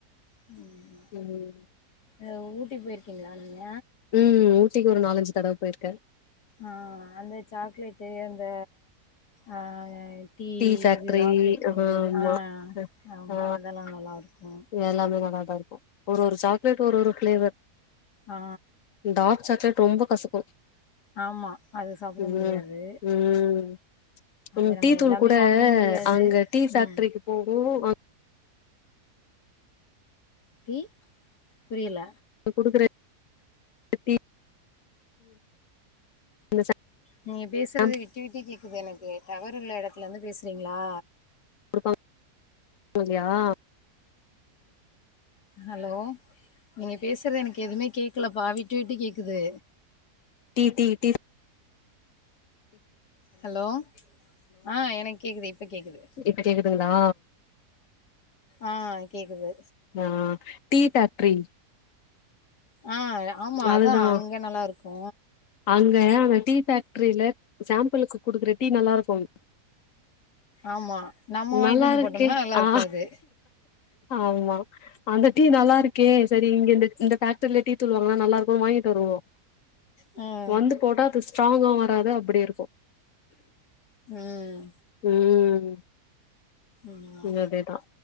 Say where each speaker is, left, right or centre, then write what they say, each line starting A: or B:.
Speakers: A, on the left; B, on the left.
A: ம்
B: ம்
A: அ ஊட்டி போய்ருக்கீங்ளா நீங்க
B: ம் ஊட்டிக் ஒரு நாலஞ்சு தடவ போய்ருக்க
A: ஆ அந்த சாக்லேட்டு அந்த அ டீ
B: ஃபேக்ட்ரி
A: இதுல்லா அப்டேட் பண்றி
B: ஆமா
A: அ ஆமா
B: ஆ
A: அதல்லா நல்லாருக்கு
B: எல்லாமே நல்லாதா இருக்கு ஒரு ஒரு சாக்லேட் ஒரு ஒரு ஃப்ளேவர்
A: ஆ
B: டார்க் சாக்லேட் ரொம்ப கசக்கு
A: ஆமா அது சாப்ட
B: ம்
A: முடியாது
B: ம்
A: அது
B: ம்
A: நம்ம
B: டீ தூள்
A: எல்லாமே
B: கூட
A: வாங்கவு முடியாது
B: அங்க டீ ஃப்க்ட்ரிக்கு
A: ம்
B: போகு அங்
A: டீ புரியல
B: குடுக்குற டீ <inaudible>
A: நீங்க பேசுறத
B: சாம்பிள்
A: விட்டு விட்டு கேக்குது எனக்கு டவர் உள்ள எடத்துல வந்து பேசுறீங்ளா
B: குடுப்பாங் <inaudible>
A: ஹலோ நீங்க பேசுறது எனக்கு எதுமே கேக்கலப்பா விட்டு விட்டு கேக்குது
B: டீ டீ டீஃப்
A: ஹலோ ஆ எனக் கேக்குது இப்ப கேக்குது
B: ப கேக்குதுங்ளா
A: ஆ கேக்குது
B: ஆ டீ ஃபேக்டரி
A: ஆ ஆமா
B: அதுதா
A: அதா அங்க நல்லாருக்கு
B: அங்க அந்த டீ பேக்ட்ரில சாம்பிளுக்கு குடுக்குற டீ நல்லாருக்கு
A: ஆமா நம்ம வாங்கிட்டு
B: நல்லாருக்கே
A: வந்து போட்டோம்னா நல்லா
B: ஆ
A: இருக்காது
B: ஆமா அந்த டீ நல்லாருக்கே சரி இங்க இந்த ஃபேக்டரில டீ தூள் வாங்குனா நல்லாருக்கு வாங்கிட்டு வருவோ
A: ம்
B: வந்து போட்டா அது ஸ்ட்ராங்காவு வராது அப்புடே இருக்கு
A: ம்
B: ம்
A: ஆமா
B: இங் அதேதா